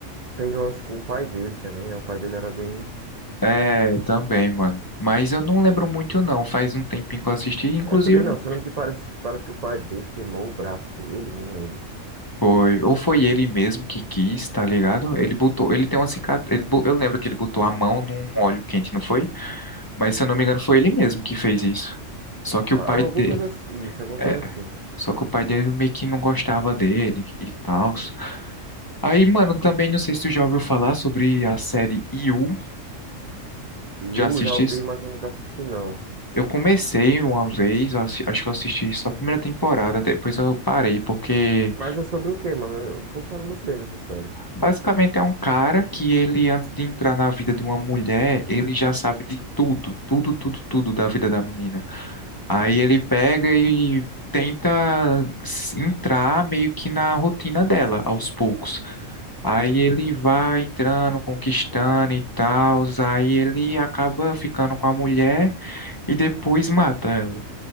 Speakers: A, on the right; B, on the left.
A: tem lance com o pai dele também, né? O pai dele era bem.
B: é, também, mano. Mas eu não lembro muito, não. Faz um tempinho que eu assisti. Inclusive,
A: Eu também não, só lembro que parece, parece que o pai dele queimou o braço dele, não lembro.
B: Foi, ou foi ele mesmo que quis, tá ligado? Ele botou, ele tem uma cicatriz, ele, bo- eu lembro que ele botou a mão num óleo quente, não foi? Mas se eu não me engano, foi ele mesmo que fez isso. Só que o
A: Ah,
B: pai
A: Alguma
B: dele,
A: coisa assim. Isso, alguma
B: é,
A: coisa assim.
B: só que o pai dele meio que não gostava dele e tal. Aí, mano, também não sei se tu já ouviu falar sobre a série You,
A: E
B: já
A: eu
B: assististe?
A: já ouvi, mas eu nunca assisti, não.
B: Eu comecei uma vez, eu assi- acho que eu assisti só a primeira temporada, depois eu parei porque
A: É, Mas é sobre o quê, mano? O povo fala muito bem dessa série.
B: Basicamente é um cara que ele, antes de entrar na vida de uma mulher, ele já sabe de tudo, tudo, tudo, tudo da vida da menina. Aí ele pega e tenta s- entrar meio que na rotina dela, aos poucos. Aí ele vai entrando, conquistando e tal, aí ele acaba ficando com a mulher e depois mata ela